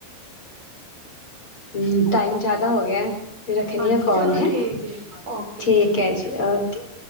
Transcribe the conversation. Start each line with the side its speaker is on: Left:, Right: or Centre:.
Left: ਹੁੰ, ਟਾਈਮ ਜ਼ਿਆਦਾ ਹੋ ਗਿਆ ਰੱਖਣੀ
Right: ਹਾਂਜੀ,
Left: ਆ
Right: ਚਲੋ
Left: ਕਾਲ ਹੈ
Right: ਠੀਕ ਏ, ਓਕੇ।
Left: ਠੀਕ ਹੈ ਜੀ ਓਕੇ